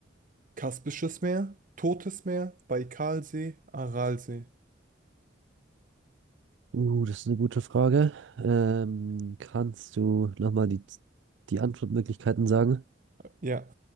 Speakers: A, on the right; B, on the right.
A: Kaspisches Meer, Totes Meer, Baikalsee, Aralsee.
B: Uh, das ist eine gute Frage. Ähm, kannst du nochmal die, die Antwortmöglichkeiten sagen?
A: Ja,